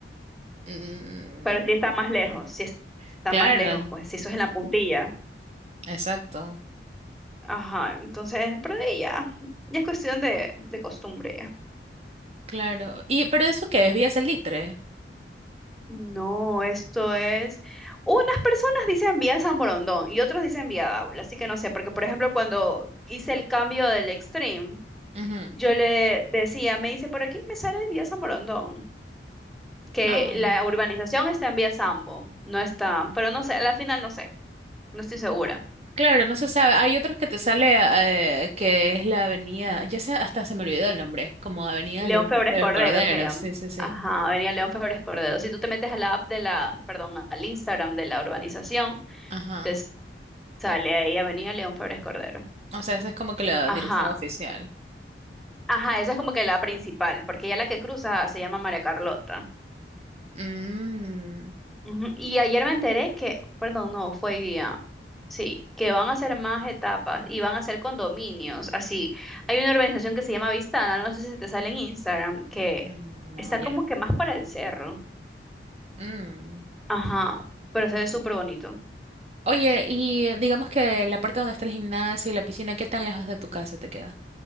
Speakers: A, on the right; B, in the centre.
A: Mm,
B: Pero sí está más lejos,
A: claro.
B: sí está
A: Claro,
B: más lejos, pues, si eso es en la puntilla.
A: exacto.
B: Ajá, entonces, pero de ahí ya, ya es cuestión de, de costumbre ya.
A: Claro. Y, pero eso qué es, Vía Salitre.
B: No, esto es. Unas personas dicen vía San Borondón y otros dicen vía Daula, así que no sé, porque por ejemplo, cuando hice el cambio del Extreme,
A: Ujú.
B: yo le decía, me dice, por aquí me sale vía San Borondón, que
A: Ah.
B: la urbanización está en vía Sambo, no está, pero no sé, a la final no sé, no estoy segura.
A: Claro, no se sabe. Hay otros que te sale eh, que es la avenida, ya sé, hasta se me olvidó el nombre, como Avenida
B: León
A: León
B: Febres
A: de
B: Cordero
A: los Corderos,
B: se llama.
A: sí, sí, sí.
B: Ajá, venía León Febres Cordero. Si tú te metes a la app de la, perdón, al Instagram de la urbanización,
A: Ajá.
B: te sale ahí Avenida León Febres Cordero.
A: O sea, esa es como que la
B: Ajá,
A: dirección oficial.
B: ajá, esa es como que la principal, porque ya la que cruza se llama María Carlota.
A: Mm,
B: Ujú, Y ayer me enteré que, perdón, no, fue hoy día, sí, que van a hacer más etapas y van a hacer condominios, así. Hay una organización que se llama Vistana, no sé si te sale en Instagram, que
A: mm, no,
B: está
A: ya.
B: como que más para el cerro.
A: Mm.
B: Ajá, pero se ve súper bonito.
A: Oye, y eh, digamos que la parte donde está el gimnasio y la piscina, ¿qué tan lejos de tu casa te queda?